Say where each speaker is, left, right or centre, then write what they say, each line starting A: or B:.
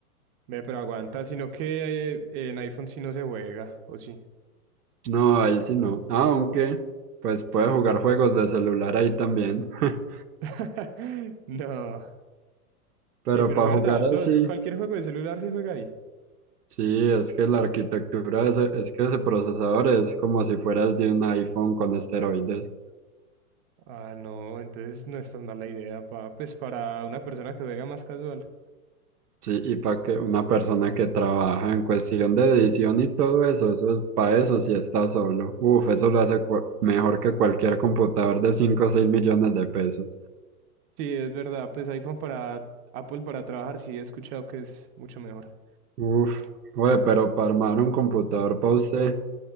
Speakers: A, on the right; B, on the right.
A: ve, pero aguanta, sino que eh, en iPhone sí no se juega, ¿o sí?
B: No, ahí sí no. Aunque, pues puede jugar juegos de celular ahí también. <laughs>
A: <laughs> No.
B: Pero
A: Ey, pero
B: para
A: verdad,
B: jugar
A: todo-
B: así,
A: cualquier juego de celular se juega ahí.
B: sí, es que la arquitectura, de ese- es que ese procesador es como si fuera el de un iPhone con esteroides.
A: Ah, no, entonces no es tan mala idea pa, pues para una persona que juega más casual.
B: Sí, y para que una persona que trabaja en cuestión de edición y todo eso, eso es para eso si está solo. Uf, eso lo hace cua- mejor que cualquier computador de 5 o 6 millones de pesos.
A: Sí, es verdad, pues iPhone para Apple para trabajar sí he escuchado que es mucho mejor.
B: Uf, güey, pero para armar un computador para usted,